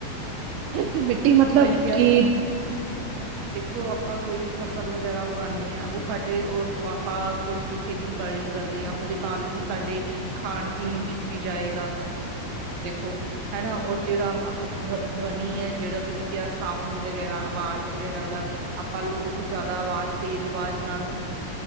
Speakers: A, on the right (about 85°); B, on the right (about 60°).
A: ਤੇ ਮਿੱਟੀ ਮਤਲਬ
B: ਸਹੀ
A: ਕਿ।
B: ਉਹ ਆਪਾਂ ਕੋਈ ਫਸਲ ਵਗੈਰਾ ਉਗਾਉਂਦੇ ਹਾਂ, ਉਹ ਸਾਡੇ ਉਹ ਆਪਾਂ ਕੋਈ ਵੀ ਖੇਤੀ। ਖੇਤੀਬਾੜੀ ਕਰਦੇ ਆ, ਉਹਦੇ ਨਾਲ ਵੀ ਸਾਡੇ ਖਾਣ ਪੀਣ ਵਿੱਚ ਵੀ ਜਾਏਗਾ, ਦੇਖੋ, ਹਨਾ ਉਹ ਜਿਹੜਾ ਧਵਨੀ ਹੈ, ਜਿਹੜਾ ਤੁਸੀਂ ਕਿਹਾ ਸਾਊਂਡ ਵਗੈਰਾ ਆਵਾਜ਼ ਵਗੈਰਾ ਦਾ। ਆਪਾਂ ਲੋਕ, ਜ਼ਿਆਦਾ ਆਵਾਜ਼। ਤੇਜ਼ ਆਵਾਜ਼ ਨਾਲ